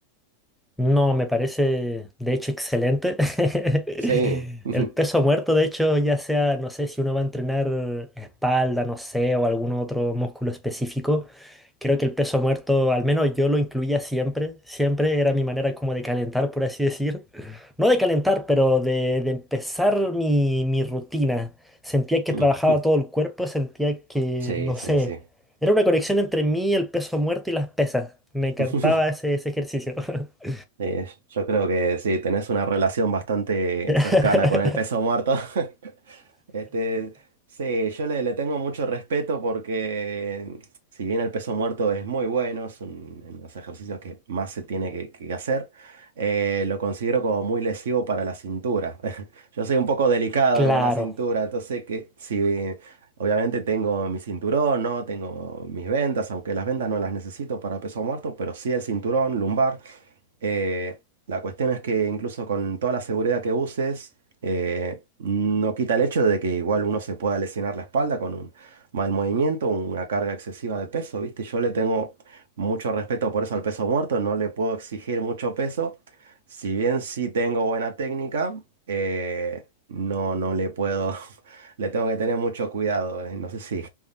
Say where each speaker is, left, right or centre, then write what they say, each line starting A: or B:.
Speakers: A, in the centre; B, on the right.
A: No, me parece de hecho excelente. <laughs>
B: Sí. <laughs>
A: El peso muerto, de hecho, ya sea, no sé, si uno va a entrenar espalda, no sé, o algún otro músculo específico, creo que el peso muerto, al menos yo lo incluía siempre, siempre era mi manera como de calentar, por así decir. No de calentar, pero de, de empezar mi, mi rutina. Sentía que
B: Mm.
A: trabajaba todo el cuerpo, sentía que,
B: Sí,
A: no
B: sí,
A: sé,
B: sí.
A: era una conexión entre mí, el peso muerto y las pesas. Me encantaba
B: <laughs>
A: ese, ese ejercicio. <laughs>
B: Sí, yo creo que sí, tenés una relación bastante
A: <laughs>
B: cercana con el peso muerto. <laughs> Este, sí, yo le, le tengo mucho respeto porque si bien el peso muerto es muy bueno, es un- en los ejercicios que más se tiene que, que hacer, eh, lo considero como muy lesivo para la cintura. <laughs> Yo soy un poco delicado
A: Claro,
B: con la cintura, entonces que si obviamente tengo mi cinturón, ¿no? Tengo mis vendas, aunque las vendas no las necesito para peso muerto, pero sí el cinturón lumbar. Eh, la cuestión es que incluso con toda la seguridad que uses, eh, no quita el hecho de que igual uno se pueda lesionar la espalda con un mal movimiento, una carga excesiva de peso, ¿viste? Yo le tengo mucho respeto por eso al peso muerto, no le puedo exigir mucho peso. Si bien sí tengo buena técnica, eh, no, no le puedo, <laughs> le tengo que tener mucho cuidado. eh, No sé si